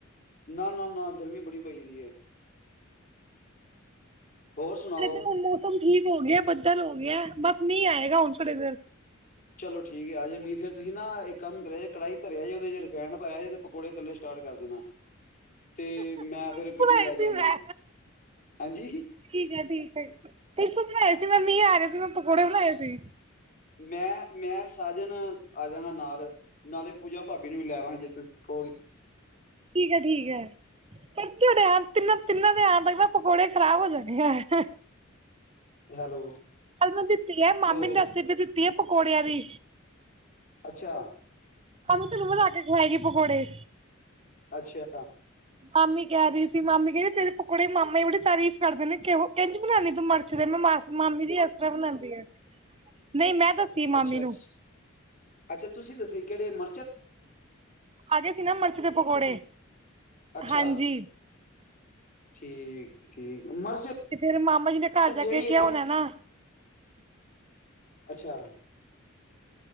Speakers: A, on the left (about 40°); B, on the right (about 30°).
A: ਨਾ-ਨਾ, ਨਾ ਗਰਮੀ ਬੜੀ ਪਈ ਦੀ ਹੈ। ਹੋਰ ਸੁਣਾਓ
B: ਤੇ ਇੱਥੇ ਹੁਣ ਮੌਸਮ ਠੀਕ ਹੋ ਗਿਆ ਬੱ ਲ ਹੋ ਗਿਆ। ਬਸ ਮੀ ਆਏਗਾ ਹੁਣ ਥੋੜੀ ਦੇਰ।
A: ਚਲੋ ਠੀਕ ਆਜੇ ਮੀਹ ਫੇਰ ਤੁਸੀਂ ਨਾ ਇਕ ਕੰਮ ਕਰਿਆ ਜੇ ਕੜਾਈ ਧਰਿਆ ਜੇ ਉਹੇ ਰਿਫੈਨ ਪਾਈਆਂ ਜੇ ਤੇ ਪਕੌੜੇ ਤਲਨੇ ਸਟਾਰਟ ਕਰ ਦੇਣਾ। ਤੇ
B: <unintelligible>
A: ਮੈਂ ਫਿਰ ਗੱਡੀ
B: ਠੀਕ
A: ਲੈ ਕੇ ਆਨਾ
B: ਹੈ,
A: ਹਾਂਜੀ
B: ਠੀਕ ਹੈ ਸੀ ਮੈਂ ਮੀਂਹ ਆ ਰਿਹਾ ਸੀ ਮੈਂ ਕੌੜੇ ਬਣਾਏ ਸੀ।
A: ਮੈਂ, ਮੈਂ ਸਾਜਨ ਆ ਜਾਗਾ ਨਾਲ ਨਾਲੇ ਪੂਜਾ ਭਾਬੀ ਨੂੰ ਵੀ ਲੈਵਾਂਗੇ ਜੇ ਤੁਸੀਂ ਕੋਗੇ।
B: ਠੀਕ ਆ, ਠੀਕ ਹੈ। <unintelligible> ਕਿੰਨਾਂ ਦੇ <unintelligible> ਕੋੜੇ ਖਰਾਬ ਹੋ ਜਾਣੇ ਹੈ।
A: ਹੈਲੋ
B: ਹ ਦਿੱਤੀ ਹੈ
A: ਹੈਲੋ
B: ਮਾਮੀ ਨੇ ਰੈਸਿਪੀ ਵੀ ਦਿੱਤੀ ਹੈ ਪਕੌੜਿਆਂ ਦੀ।
A: ਅੱਛਾ।
B: ਤੁਹਾਨੂੰ ਤੇ ਤੇ ਬਣਾ ਕੇ ਖਵਾਏਗੀ ਪਕੌੜੇ।
A: ਅੱਛਾ।
B: ਮਾਮੀ ਕਹਿ ਰਹੀ ਸੀ ਮਾਮੀ ਕਹ ਤੇਰੇ ਕੁੜੀ ਮਾਮੇ ਬੜੀ ਤਾਰੀਫ਼ ਕਰਦੇ ਨੇ ਕਿਹੋ ਕਹਝ ਬਣਾਉਦੀ ਤੂੰ ਮਿਰਚ ਦੇ ਮੈਂ ਮਾ ਮਾਮੀ ਜੀ ਇਸ ਤਰ੍ਹਾਂ ਬਣਾਉਂਦੀ ਆ ਨਹੀਂ ਮੈਂ ਦੱਸੀ
A: ਅੱਛਾ
B: ਮਾਮੀ
A: ਅੱ
B: ਨੂੰ
A: ਅੱਛਾ ਤੁਸੀਂ ਦੱਸੇ ਕਿਹੜੇ ਮ
B: ਅੱਜ ਅਸੀਂ ਨਾ ਮਾਰਚ ਦੇ ਪਕੋੜੇ
A: ਅੱਛਾ
B: ਹਾਂਜੀ।
A: ਠੀਕ, ਠੀਕ <unintelligible>
B: ਫਿਰ ਮਾਮਾ ਜੀ ਨੇ ਘਰ ਜਾ
A: ਜਿਹੜੀ
B: ਕੇ ਕਿਹਾ ਹੋਣਾ ਨਾ
A: ਅੱਛਾ।